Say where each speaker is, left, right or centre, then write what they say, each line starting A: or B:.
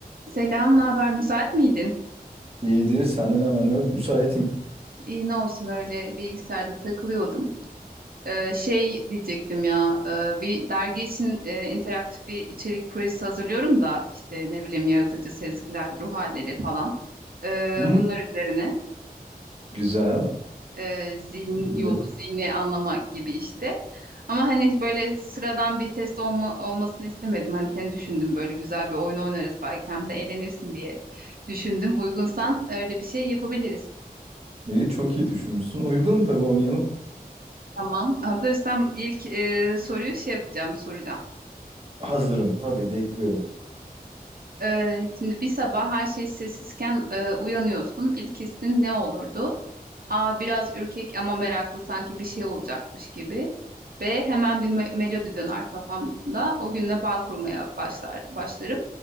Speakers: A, on the right (about 70°); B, on the right (about 35°).
A: Selam, ne haber? Müsait miydin?
B: İyidir. Sende ne var ne yok? Müsaitim.
A: İyi ne olsun öyle bilgisayarda takılıyordum. Ee, şey diyecektim ya, e, bir dergi için e, interaktif bir içerik projesi hazırlıyorum da işte ne bileyim yaratıcı sezgiler, ruh halleri falan. Ee,
B: Hı?
A: bunlar üzerine
B: Güzel.
A: e, zihin
B: Buyurun.
A: yolu, zihni anlamak gibi işte. Ama hani böyle sıradan bir test olma, olmasını istemedim. Hani seni düşündüm böyle güzel bir oyun oynarız belki hem de eğlenirsin diye düşündüm. Uygunsan öyle bir şey yapabiliriz.
B: İyi, çok iyi düşünmüşsün. Uygunum tabii oynayalım.
A: Tamam. Hazırsam ilk e, soruyu şey yapacağım, soracağım.
B: Hazırım tabii bekliyorum.
A: E, şimdi bir sabah her şey sessizken e, uyanıyorsun. İlk hissin ne olurdu? A. Biraz ürkek ama meraklı sanki bir şey olacakmış gibi. B. Hemen bir me- melodi döner kafamda. O günle bağ kurmaya başlar başlarım.